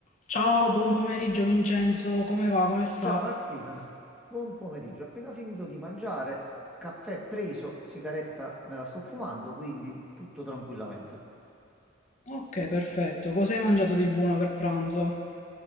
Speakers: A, on the left; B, in the centre.
A: Ciao, buon pomeriggio Vincenzo, come va? Come stai?
B: Ciao Martina, buon pomeriggio. Appena finito di mangiare, caffè preso, sigaretta me la sto fumando, quindi tutto tranquillamente.
A: Ok, perfetto. Cosa hai mangiato di buono per pranzo?